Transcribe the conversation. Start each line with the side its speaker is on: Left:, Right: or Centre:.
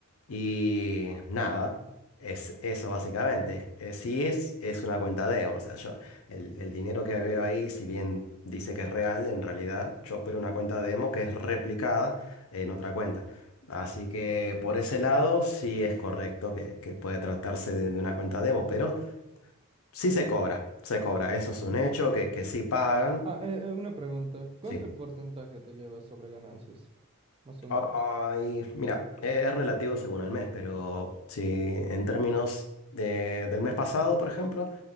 Left: Y nada, es eso básicamente. Eh, sí es, es una cuenta demo, o sea, yo, el, el dinero que veo ahí, si bien dice que es real, en realidad yo opero una cuenta demo que es replicada en otra cuenta. Así que por ese lado sí es correcto que, que puede tratarse de, de una cuenta demo, pero sí se cobra, se cobra, eso es
Right: Mm.
Left: un hecho que, que sí pagan.
Right: Ah, eh, eh, una pregunta. ¿Cuánto
Left: Sí.
Right: en porcentaje te llevas sobre ganancias? Más o menos.
Left: Ay, mira, eh, es relativo según el mes, pero si en términos de- del mes pasado, por ejemplo,